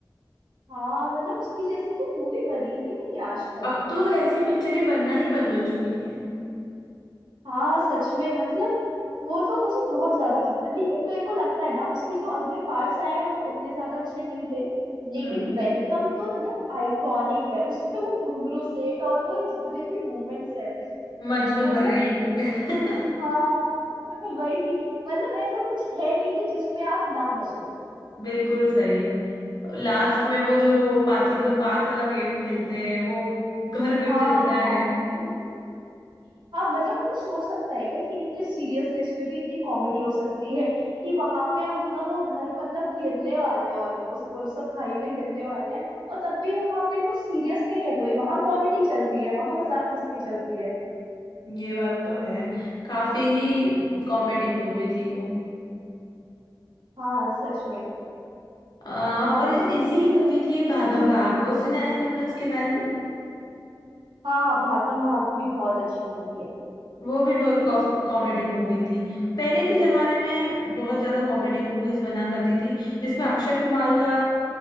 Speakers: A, on the right; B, on the left.
A: हाँ मतलब उसकी जैसी तो मूवी बनी ही नहीं आज तक
B: अब तो ऐसी पिक्चरें बनना ही बंद हो चुकी है
A: हाँ सच में मतलब वो तो मुझे बहुत ज्यादा पसंद है लेकिन मेरे को लगता है ना उसके जो अगले पार्ट्स आए हैं वो उतने ज्यादा अच्छे नहीं थे लेकिन
B: हम्म
A: वेलकम तो एकदम आइकॉनिक है उसमें वो घुंघरू सेठ और वो जितने भी मूवमेंट्स हैं
B: मजनू
A: मतलब
B: भाई <laughs>
A: हाँ <laughs> वही मतलब ऐसा कुछ है नहीं कि जिस पे आप ना हंसो
B: बिल्कुल सही लास्ट में वो जो वो पासिंग द पास वाला गेम खेलते हैं वो घर गिर
A: हाँ
B: जाता
A: हाँ
B: है
A: <laughs> हाँ मतलब कोई सोच सकता है क्या कि इतने सीरियसनेस में भी इतनी कॉमेडी हो सकती है कि वहां पे उनका वो घर मतलब गिरने वाला है ऑलमोस्ट वो सब खाई में गिरने वाले हैं और तब भी वहां पे कुछ सीरियस नहीं है कोई वहां कॉमेडी चल रही है वहां मजाक मस्ती चल रही है
B: ये बात तो है काफी ही कॉमेडी मूवी थी वो
A: हाँ सच में
B: अ, और ऐसी ही मूवी थी भागम भाग वो सुना है तुमने उसके बारे में
A: हाँ भागम भाग भी बहुत अच्छी मूवी है
B: वो भी बहुत कॉमेडी मूवी थी पहले के जमाने में बहुत ज्यादा कॉमेडी मूवीज बना करती थी जिसमें अक्षय कुमार का